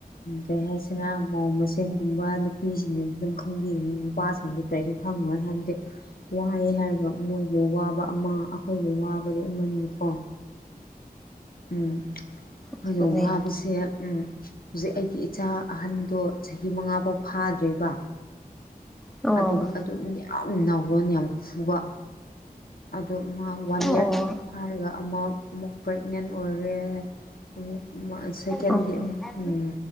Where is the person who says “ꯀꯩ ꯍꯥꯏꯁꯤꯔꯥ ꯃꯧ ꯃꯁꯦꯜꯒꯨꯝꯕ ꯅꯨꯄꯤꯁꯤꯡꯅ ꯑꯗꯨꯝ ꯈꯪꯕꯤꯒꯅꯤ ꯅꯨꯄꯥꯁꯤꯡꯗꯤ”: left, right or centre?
Left